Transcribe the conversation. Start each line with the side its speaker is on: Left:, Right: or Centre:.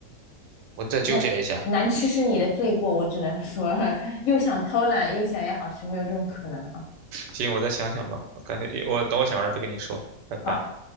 Right: 我再纠结一下。
Left: 那难吃是你的罪过，我只能说 <laughs> 又想偷懒又想要好吃，没有这种可能啊。
Right: 行，我再想想吧。我感觉我等我想完了再跟你说。拜拜。
Left: 好，